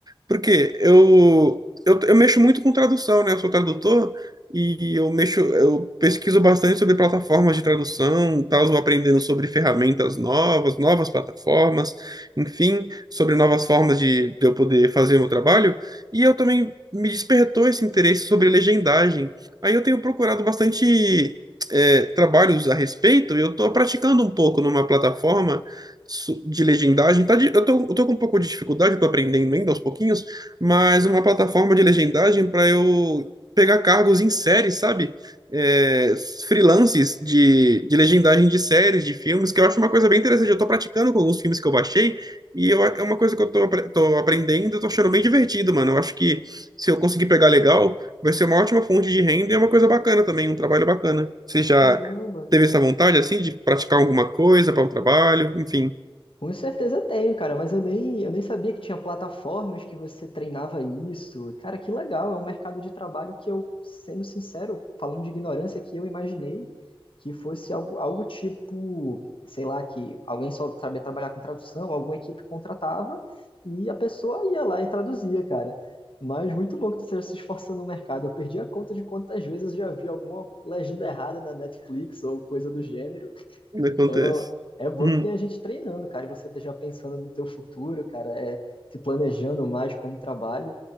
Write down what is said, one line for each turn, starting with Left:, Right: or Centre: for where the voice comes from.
Right: Porque eu, eu, eu mexo muito com tradução, né? Eu sou tradutor e eu mexo, eu pesquiso bastante sobre plataformas de tradução, tal, vou aprendendo sobre ferramentas novas, novas plataformas, enfim, sobre novas formas de, de eu poder fazer o meu trabalho. E eu também me despertou esse interesse sobre legendagem. Aí eu tenho procurado bastante. eh, trabalhos a respeito, e eu estou praticando um pouco numa plataforma de legendagem. Tá de- eu tô, eu tô com um pouco de dificuldade, eu tô aprendendo ainda aos pouquinhos, mas uma plataforma de legendagem para eu pegar cargos em séries, sabe? É, freelances de, de legendagem de séries, de filmes, que eu acho uma coisa bem interessante. Eu tô praticando com alguns filmes que eu baixei e eu- é uma coisa que eu tô, apre- tô aprendendo, eu tô achando bem divertido, mano. Eu acho que se eu conseguir pegar legal, vai ser uma ótima fonte de renda e é uma coisa bacana também, um trabalho bacana. Você já
Left: Caramba,
Right: teve essa vontade, assim, de praticar alguma coisa para um trabalho, enfim.
Left: Com certeza tenho, cara, mas eu nem, eu nem sabia que tinha plataformas que você treinava isso. Cara, que legal, é um mercado de trabalho que eu, sendo sincero, falando de ignorância aqui, eu imaginei que fosse algo, algo tipo, sei lá, que alguém só sabia trabalhar com tradução, alguma equipe contratava e a pessoa ia lá e traduzia, cara. Mas muito bom que você esteja se esforçando no mercado. Eu perdi a conta de quantas vezes eu já vi alguma legenda errada na Netflix ou coisa do gênero.
Right: Ainda
Left: Então,
Right: acontece.
Left: é bom
Right: Hum.
Left: que tem a gente treinando, cara, e você esteja pensando no teu futuro, cara, é, se planejando mais como trabalho.